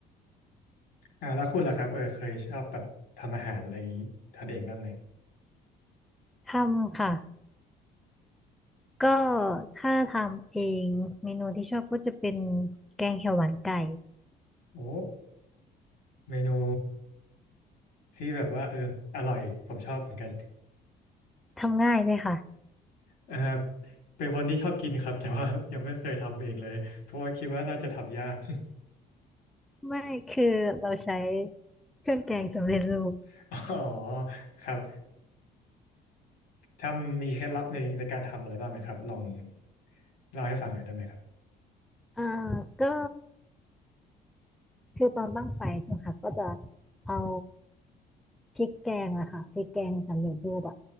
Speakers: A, on the left (about 80°); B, in the centre.
A: อ่าแล้วคุณล่ะครับเออเคยชอบแบบทำอาหารอะไรอย่างนี้ทานเองบ้างไหม
B: ทำค่ะ ก็ถ้าทำเองเมนูที่ชอบก็จะเป็นแกงเขียวหวานไก่
A: โอ้เมนูที่แบบว่าเอออร่อยผมชอบเหมือนกัน
B: ทำง่ายเลยค่ะ
A: เออเป็นคนที่ชอบกินครับแต่ว่ายังไม่เคยทำเองเลยเพราะว่าคิดว่าน่าจะทำยาก
B: ไม่คือเราใช้เครื่องแกงสำเร็จรูป
A: <laughs> อ๋อครับทำมีเคล็ดลับในในการทำอะไรบ้างไหมครับลองเล่าให้ฟังหน่อยได้ไหมครับ
B: อ่าก็คือตอนตั้งไฟใช่ไหมคะก็จะเอาพริกแกงอะค่ะพริกแกงสำเร็จรูปอะ